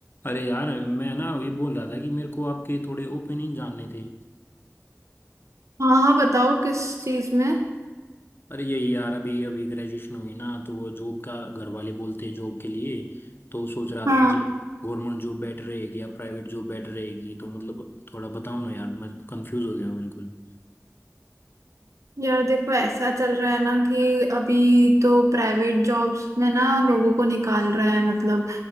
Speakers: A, on the left; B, on the right.
A: अरे यार मैं ना ये बोल रहा था कि मेरे को आपके थोड़े ओपिनियन जानने थे
B: हाँ हाँ बताओ किस चीज में
A: अरे यही यार अभी अभी ग्रेजुएशन हुई ना तो वो जॉब का घर वाले बोलते हैं जॉब के लिए तो सोच रहा
B: हाँ
A: था मतलब गवर्नमेंट जॉब बेटर रहेगी या प्राइवेट जॉब बेटर रहेगी तो मतलब थोड़ा बताओ ना यार मैं कंफ्यूज हो गया बिल्कुल
B: यार देखो ऐसा चल रहा है ना कि अभी तो प्राइवेट जॉब्स में ना लोगों को निकाल रहा है मतलब